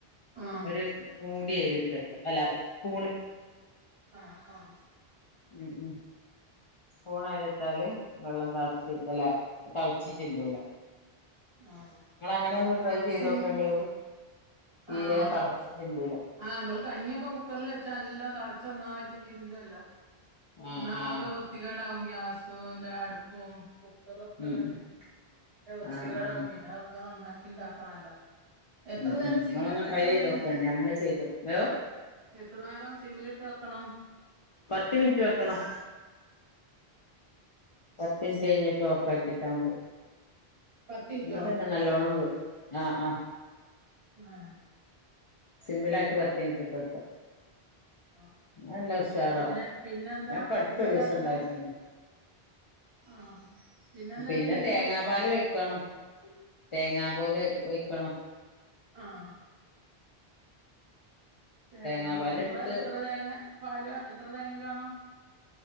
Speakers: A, on the right; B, on the left.
A: ആഹ്
B: ഒരു മൂടി അയില ഇട്ടക്ക അല്ല സ്പൂണ്
A: ആഹ ആഹ
B: ഉം ഉം ഊണ ഇരത്താല് വെള്ളം താളിച്ച് അല്ലേ തിളച്ച് ചിന്തുല
A: ആഹ്
B: നിങ്ങ അങ്ങനെ ഒന്ന് ട്രൈ ചെയ്ത്
A: സിം
B: നോക്കേണ്ടി തീരെ
A: ആഹ്
B: തിളച്ച ചെന്തുല
A: ആഹ് നമ്മള് കഞ്ഞിയൊക്കെ കുക്കറിൽ വെച്ചാ എല്ലാം തളച്ചൊന്നായിട്ട് ചിണ്ടല്ലോ
B: ആഹ്
A: ഒന്ന
B: ആഹ്
A: ആകെ വൃത്തികേടാവും ഗ്യാസിന്റെ അടുപ്പ ഉ കുക്കർ വെക്ക
B: ഉം
A: കേട്ടെ വൃത്തികേടാവും
B: ആഹ് ആഹ്
A: പിന്നെ വെക്കാ നന്ന ഇണ്ടാക്കണല്ലോ എത്ര
B: ഉം
A: നേരം
B: ഉം
A: സിമ്മിലിട്ടാക്കണ
B: നിങ്ങളൊന്ന് ട്രൈ ചെയ്ത്
A: അതേ
B: നോക്കോണ്ടി അങ്ങനെ ചെയ്ത് ഏ
A: എത്ര നേരം സിമ്മിലിട്ട് വെക്കണം
B: പത്ത് മിനിറ്റ് വെക്കണം പത്ത് മിനിറ്റ് കഴിഞ്ഞിട്ട് ഓഫ്‌ ആക്കിട്ടാ മതി
A: പത്തിൻറ്റോ
B: അതന്നെ നല്ലോണം വ് ആഹ് ആഹ്
A: ആഹ്
B: സിമ്മിലാക്കി <unintelligible>
A: ആ ആ
B: അല്ല ഉഷാറാവും
A: പിന്നെ പിന്നെന്താ
B: ഞാനിപ്പടുത്തൊരു
A: പിന്നെന്താട്ടണ്ടേ
B: ദിവസം ഉണ്ടാക്കീത
A: ആഹ് പിന്നെന്താ
B: പിന്നെ
A: ചെയ്യേണ്ടിയേ
B: തേങ്ങ പാല് ഒഴിക്കണം തേങ്ങ പോൽ ഒഴിക്കണമ്
A: ആഹ് തേങ്ങ
B: തേങ്ങാപാല്
A: പാല് എത്ര
B: എടുത്ത്
A: എത്ര തേങ്ങ പാല് എത്ര തേങ്ങന്റെ വേണം